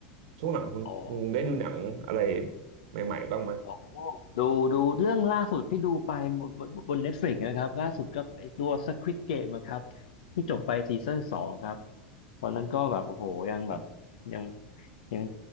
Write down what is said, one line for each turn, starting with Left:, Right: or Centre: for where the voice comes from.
Right: ช่วงหลังคุณคุงได้ดูหนังอะไร
Left: อ๋อ
Right: ใหม่ๆบ้างไหม
Left: อ๋อดูดูเรื่องล่าสุดที่ดูไปบนบนบน Netflix นะครับล่าสุดก็ไอตัว Squid Game นะครับที่จบไปซีซั่นสองครับตอนนั้นก็แบบโอ้โหยังแบบ
Right: อม
Left: ยังยัง